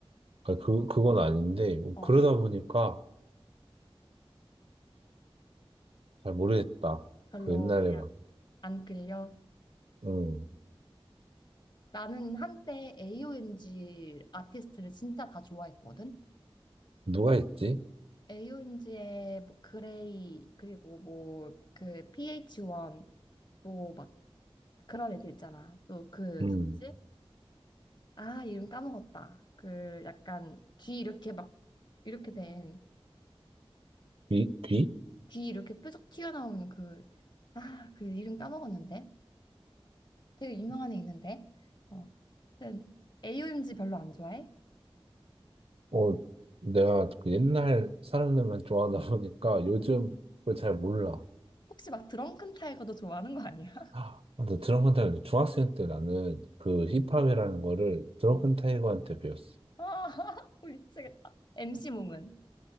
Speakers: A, on the right; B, on the left.
A: 아, 그, 그건 아닌데,
B: 어,
A: 그러다 보니까 잘 모르겠다.
B: 별로
A: 그 옛날에
B: 그냥
A: 막,
B: 안 끌려.
A: 음.
B: 나는 한때 AOMG 아티스트를 진짜 다 좋아했거든?
A: 누가 있지?
B: AOMG의 뭐 그레이, 그리고 뭐 그 PH1 또막 그런 애들 있잖아. 또 그
A: 음.
B: 누구지? 아, 이름 까먹었다. 그 약간 귀 이렇게 막 이렇게 된
A: 귀? 귀?
B: 귀 이렇게 뾰족 튀어나오는 그 아, 그 이름 까먹었는데. 되게 유명한 애 있는데. 어. 하여튼 AOMG 별로 안 좋아해?
A: 어, 내가 그 옛날 사람들만 좋아하다 보니까 요즘 그걸 잘 몰라.
B: 혹시 막 드렁큰 타이거도 좋아하는 거 아니야? <laughs>
A: 아, 맞아. 드럼 큰 타이거 중학생 때 나는 그 힙합이라는 거를 드럼
B: 어.
A: 큰 타이거한테 배웠어.
B: 아, <laughs> 미치겠다. MC 몽은